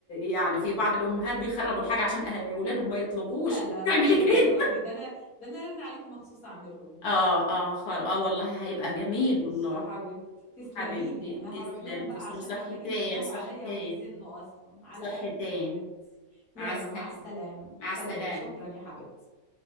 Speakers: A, on the left; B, on the left.
A: يعني في بعض الامهات بيخربوا الحاجة عشان أه، اولادهم ما يطلبوش
B: لا لا
A: <laughs>
B: لا
A: تعملي
B: مش
A: كده
B: للدرجة دي ده انا ده انا رن عليكي مخصوص اعمله لهم
A: اه اه خار اه والله هيبقى جميل
B: ماشي
A: والله
B: يا حبيبتي تسلمي
A: حبيبتي
B: لي انا
A: تسلمي
B: هروح لهم بقى
A: تسلمي
B: عشان
A: صحتين
B: عمالين يندهوا
A: صحتين
B: عليا ويزنوا اصلا على
A: صحتين
B: قلبك يا حبيبتي
A: مع
B: يلا
A: السلامة
B: مع السلامة
A: مع
B: سلام
A: السلامة
B: شكرا يا حبيبتي